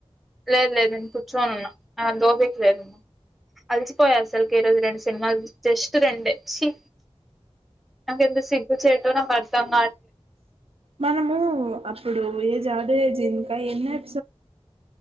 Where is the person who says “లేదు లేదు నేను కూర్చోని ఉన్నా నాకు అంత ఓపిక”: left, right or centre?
Centre